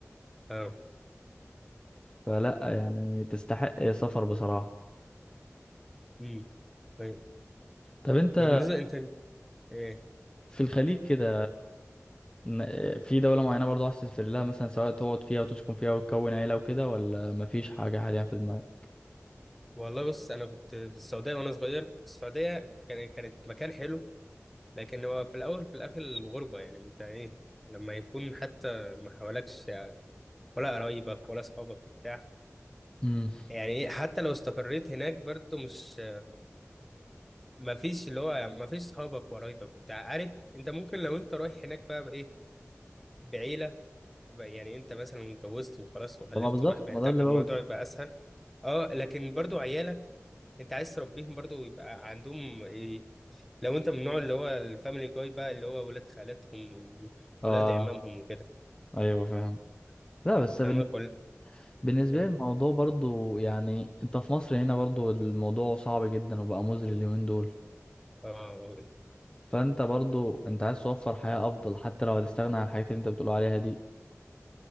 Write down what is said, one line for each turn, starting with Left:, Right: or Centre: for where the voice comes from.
Centre: اه
Left: فلا يعني تستحق سفر بصراحه
Centre: أمم. طيب
Left: طب انت
Centre: بالنسبة انت ايه
Left: في الخليج كده ن- في دولة معينة برضو عايز تسافر لها مثلا سواء تقعد فيها وتسكن فيها وتكون عيلة وكده ولا مفيش حاجة حاليا في دماغك؟
Centre: والله بص انا كنت في السعوديه وانا صغير السعوديه كان كانت مكان حلو لكن هو في الاول في الاخر الغربه يعني انت ايه لما يكون حتى ما حوالكش ولا قرايبك ولا اصحابك بتاع
Left: امم
Centre: يعني ايه حتى لو استقريت هناك برضو مش ما فيش اللي هو يعني ما فيش صحابك وقرايبك وبتاع عارف انت ممكن لو انت رايح هناك بقى بايه بعيله بقى يعني انت مثلا اتجوزت وخلاص وخلفت
Left: طب ما بالظبط
Centre: ورايح بعيلتك
Left: ما ده اللي
Centre: الموضوع
Left: بقوله
Centre: يبقى اسهل اه لكن برضو عيالك انت عايز تربيهم برضو يبقى عندهم إيه، لو انت من النوع اللي هو الفاميلي جاي بقى اللي هو ولاد خالاتهم
Left: اه
Centre: وولاد عمامهم وكده
Left: ايوه فاهم لا بس بن-
Centre: فاهمك ولا
Left: بالنسبه
Centre: ايه
Left: لي الموضوع برضو يعني انت في مصر هنا برضو الموضوع صعب جدا وبقى مزري اليومين دول
Centre: اه
Left: فانت برضو انت عايز توفر حياه افضل حتى لو هتستغنى عن الحاجات اللي انت بتقول عليها دي